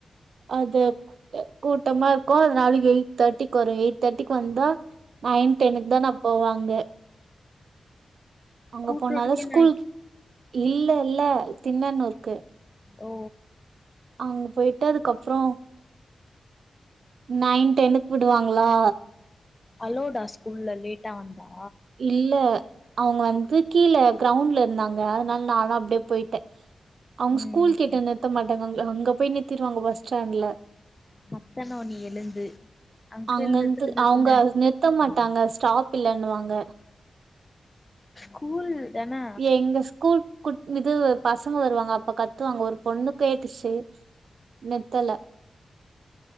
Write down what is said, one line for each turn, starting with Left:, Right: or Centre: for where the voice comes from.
Right: அது கூட்டமா இருக்கு அதனால எயிட் தேட்டிக்கு வரு எயிட் தேட்டிக்கு வந்தா நயன் டென்க்குதா நா போவ அங்க அங்க
Left: கூட்ரோட்டுக்கே
Right: போனாலு ஸ்கூல்க்
Left: நைன்
Right: இல்ல இல்ல தின்னனூருக்கு
Left: ஓ
Right: அங்க போயிட்டு அதுக்கப்றோ நயன் டென்க்கு விடுவாங்ளா
Left: அலோவ்டா ஸ்கூல்ல லேட்டா வந்தா
Right: இல்ல அவுங்க வந்து கீழ கிரௌண்ட்ல இருந்தாங்க அதனால நானு அப்டியே போயிட்ட அவுங்க
Left: ம்
Right: ஸ்கூல் கிட்ட நிறுத்தமாட்டாங்க அங்க அங்க போய் நிறுத்திருவாங்க பஸ் ஸ்டாண்ட்ல
Left: கத்தனு நீ எழுந்து அங்கிள்
Right: அங்கந்து
Left: நிறுத்துங்க நிறுத்துங்க
Right: அவங்க நிறுத்த மாட்டாங்க ஸ்டாப் இல்லன்னுவாங்க
Left: ஸ்கூல்தான
Right: எங்க ஸ்கூல் கு இது பசங்க வருவாங்க அப்ப கத்துவாங்க ஒரு பொண்ணு கேட்டுச்சு நிறுத்தல